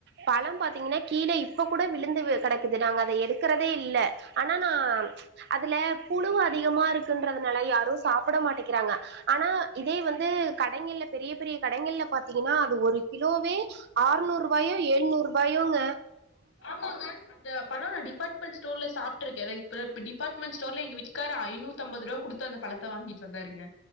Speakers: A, on the right; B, on the left.
A: பழம் பாத்தீங்கன்னா கீழே இப்ப கூட விழுந்து கெடக்குது நாங்க அத எடுக்கிறதே இல்ல ஆனா நா அதுல புழு அதிகமா இருக்குன்றதுனால யாரும் சாப்பிட மாட்டேக்கிறாங்க ஆனா இதே வந்து கடைங்கள பெரிய பெரிய கடைங்கள பாத்தீங்கன்னா அது ஒரு கிலோவே ஆறுநூறு ரூபாயு எழுநூறு ரூபாயுங்க
B: ஆமாங்க அந்தப் பழம் நா டிபார்ட்மென்ட் ஸ்டோர்ல சாப்டுருக்கேன் நா இப்ப டிபார்ட்மெண்ட் ஸ்டோர்ல எங்க வீட்கார் ஐனூத்திஅம்பதுரூபா கொடுத்து அந்த பழ த்த வாங்கிட்டு வந்தாருங்க